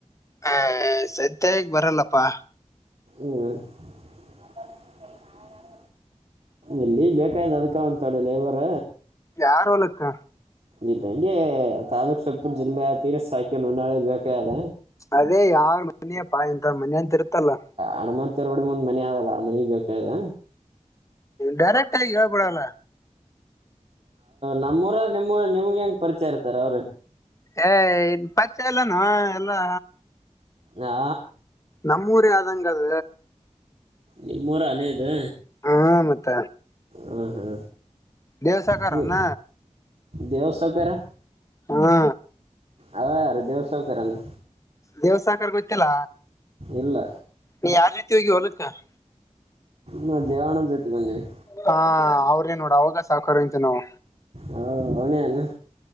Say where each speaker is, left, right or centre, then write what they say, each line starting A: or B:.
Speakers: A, on the left; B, on the right.
A: ಹ ಸತ್ಯಗ್ ಬರಲ್ಲಪ್ಪಾ
B: ಹ್ಮ್ <unintelligible> ಇಲ್ಲಿ ಬೇಕಾಯ್ತು ಅದ್ಕ <unintelligible> ಲೇಬರ್
A: ಯಾರ ಹೊಲಕ್ಕ
B: ಇಲ್ಲ ಹಂಗೆ ತಾಲೂಕ್ ಸರಪುರ್ ಜಿಲ್ಲೆ ಯಾದಗಿರಿ <unintelligible> ನಾಳೆ ಬೇಕ ಅದ
A: ಅದೇ ಯಾರ್ ಮನೆಯ ಪಾ ಇಂತರ್ ಮನಿ ಅಂತ ಇರುತ್ತಲ್ಲ.
B: ಹಣಮತ್ <unintelligible> ಒಂದ್ ಮನೆ ಆಲ್ಲ ಮನೆಗ್ ಬೇಕಾಯದ
A: ಡೈರೆಕ್ಟ್ ಆಗಿ ಹೇಳ್ಬಿಡೋಣ
B: ನಮ್ಮೂರ ನಿಮ್ಮೂ ನಿಮ್ಗೆ ಹೆಂಗ ಪರಿಚಯ ಇರ್ತಾರ ಅವ್ರ
A: ಏ ಇನ್ ಪರಿಚಯ ಎಲ್ಲಾನ ಎಲ್ಲಾ
B: ಹಾ
A: ನಮ್ಮೂರ ಯ್ದಂಗ ಅದ
B: ನಿಮ್ಮೂರ ಅನೇದು
A: ಹಾ ಮತ್ತ
B: ಹಾ ಹಾ
A: ದೇವ್ಸಾಕಾರನ
B: <unintelligible> ದೇವಸೌಕರ
A: ಹಾ
B: ಅವ ರೀ ದೇವಸೌಕರ್ ಅಂದ
A: ದೇವ್ಸಾಕಾರ ಗೊತ್ತಿಲ್ಲ
B: ಇಲ್ಲ
A: ನೀ ಯಾವ ರೀತಿ ಹೋಗಿ ಹೋಲಕ್ಕ <unintelligible>
B: ನಾ ದೇವಣ್ಣನ ಜೊತೆ ಬಂದೀನಿ
A: ಹ ಅವ್ರೇನ್ ನೋಡು ಅವಾಗ ಸಾಹಕಾರಇದ್ವಿ ನಾವು
B: ಹಾ ಅವನನ್ನು